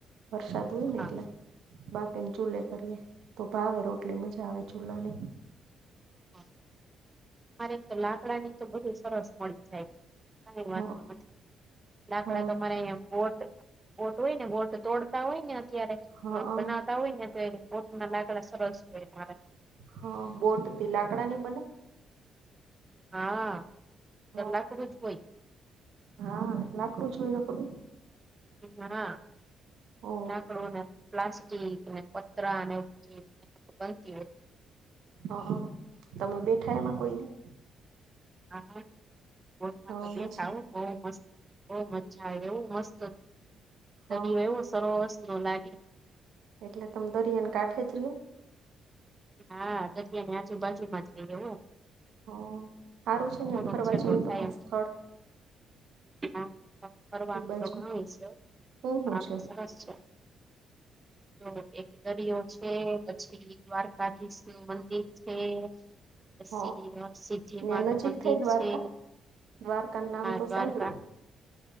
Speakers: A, on the right; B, on the right.
A: વરસાદ હોય
B: હા
A: ને એટલે <unintelligible> ચૂલે કરીએે તો ભાવે રોટલી મજા આવે ચૂલાની
B: હમ <inaudible> તમારે તો લાકડા ની તો બહું સરસ મળી જાય. કઈ
A: હ
B: વાંધો નથી લાકડા
A: હ
B: તમારા અહીંયા બોટ બોટ હોય ને બોટ તોડતા હોય ને અત્યારે
A: હા
B: બનાવતા હોય ને એ બોટ <inaudible> સરસ <inaudible>
A: હા બોટ તે લાકડા ની બને
B: હા
A: હ
B: ત્યાં લાકડું જ હોય
A: હા લાકડું જ હોય એ નકરું
B: હા
A: ઓ
B: લાકડું ને પ્લાસ્ટીક ને <inaudible> બનતી હોય <inaudible>
A: હ તમે બેઠાય એમાં કોઈ દી
B: હા બોટ માં
A: હ
B: તો બેઠા
A: મજા
B: બઉ મસ્ત બહ મજા આવે એવું મસ્ત
A: હ
B: દરીયો એવું સરસ નો લાગે.
A: એટલે તમે દરિયાને કાંઠે જ રયો?
B: હા દ આજુબાજુમાં રઈએ હો
A: હ સારું છે ને
B: થોડોક
A: ફરવા
B: છેટો
A: જવું
B: થાય
A: તમાર
B: એમ
A: સ્થળ
B: <inaudible> ફરવા
A: એ બાજુ
B: તો ઘણુય છે
A: હું હું
B: હ
A: છે
B: સરસ છે. તો એક દરિયો છે પછી દ્વાર દ્વારકાધીશ નું મંદિર છે. પછી
A: હ
B: સિદ્ધિ
A: ત્યાં
B: મા નું
A: નજીક
B: મંદિર
A: થઈ દ્વારકા
B: છે
A: દ્વારકા નામ
B: આ
A: તો
B: દ્વારકા
A: સાંભળું